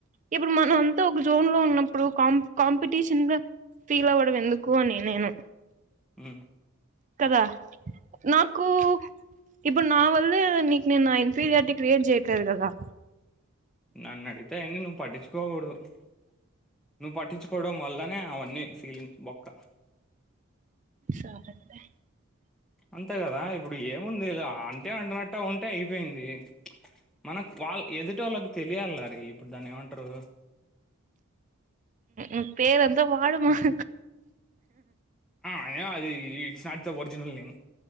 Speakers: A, on the right (about 35°); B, in the centre.
A: ఇప్పుడు మనం అంతా ఒక జోన్ లో, ఉన్నప్పుడు కాంపి కాంపిటీషన్ గా ఫీల్ అవ్వడం ఎందుకు అని నేను
B: ఉ
A: కదా నాకు ఇప్పుడు నా వల్లే నీకు నేను నా ఇన్ఫీరియారిటీ క్రియేట్ చేయట్ తెరుగదా
B: నన్ను అడిగితే యినా పట్టించుకోను కోగూడదు పట్టించుకు కోవడం వల్లనే అవన్నీ ఫీలింగ్స్ బొక్క
A: సరొద్దే
B: అంతే కదా ఇప్పుడు ఏముంది. అంటే అంటునట్టు ఉంటే అయిపోయింది. మనకు వాళ్ళ ఎదుటి వో ళ్ళకి తెలియాలి హరి ఇప్పుడు దాన్ని ఏమంటారు.
A: ఉ పేరుంతా వాడుమా ఆ
B: అయినా అది ఇట్స్ నాట్ ఒరిజినల్ నేమ్